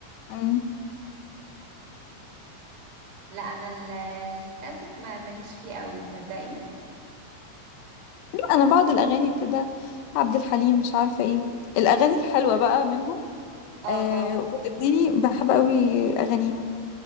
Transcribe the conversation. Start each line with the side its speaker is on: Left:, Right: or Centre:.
Left: مم.
Right: لا انا ال... الكلاسيك ما ماليش فيه قوي تصدقي
Left: انا بعض الاغاني كده عبد الحليم مش عارفه ايه الاغاني الحلوه بقى منهم
Right: اه
Left: آه
Right: اه
Left: واللبناني بحب قوي اغانيهم